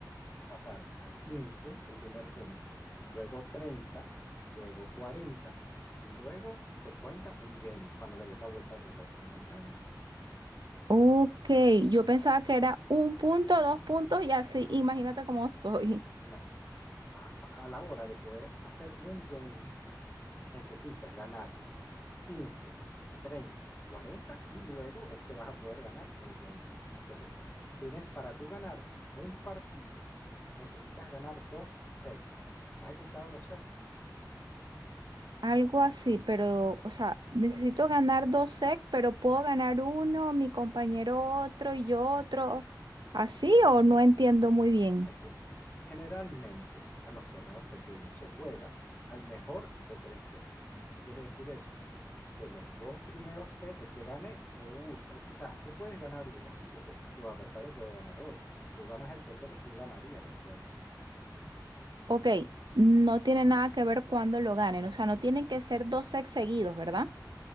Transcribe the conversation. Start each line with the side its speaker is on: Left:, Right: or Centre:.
Left: a pasar a 15 el primer punto, luego treinta luego 40 y luego se cuenta un game cuando le des la vuelta al reloj. ¿Me comprendes?
Right: ok, yo pensaba que era un punto, dos puntos y así, imagínate cómo estoy.
Left: No. A, a la hora de poder hacer un game, necesitas ganar quince treinta 40 y luego es que vas a poder ganar el game. Entonces, tú tienes, para tú ganar un partido, necesitas ganar dos sets. ¿Has escuchado los sets?
Right: Algo así, pero, o sea, necesito ganar dos sec, pero puedo ganar uno, mi compañero otro y yo otro. ¿Así o no entiendo muy bien?
Left: Escucha, generalmente en los torneos pequeños se juega al mejor de tres sets. ¿Qué quiere decir eso? Que los dos primeros sets, el que gane o uno, eh, o sea, tú puedes ganar uno y tu, comp- tu adversario puede ganar otro. Y si tú ganas el tercero, tú ganarías el juego.
Right: Ok, no tiene nada que ver cuándo lo ganen, o sea, no tienen que ser dos secs seguidos, ¿verdad?